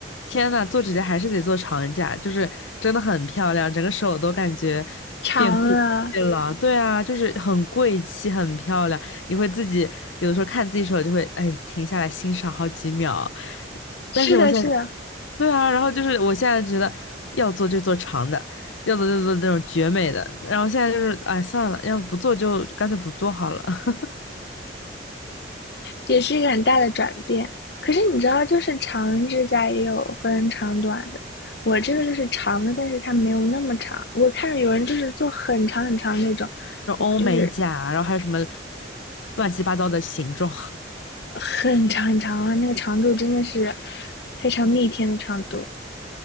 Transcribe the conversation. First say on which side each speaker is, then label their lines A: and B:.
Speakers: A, on the left; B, on the left.
A: 天呐，做指甲还是得做长甲，就是真的很漂亮，整个手都感觉
B: 长了，
A: 变贵气了。对啊，就是很贵气，很漂亮。你会自己有的时候看自己手，就会哎停下来欣赏好几秒。
B: 是的，
A: 但是我现在。
B: 是的，
A: 对啊，然后就是我现在觉得要做就做长的，要做就做那种绝美的，然后现在就是哎算了，要不做就干脆不做好了。<laughs>
B: 也是一个很大的转变。可是你知道，就是长指甲也有分长短的，我这个就是长的，但是它没有那么长。我看着有人就是做很长很长那种，
A: 然后欧美甲啊，
B: 我就是
A: 然后还有什么乱七八糟的形状，
B: 很长很长啊，那个长度真的是非常逆天的长度。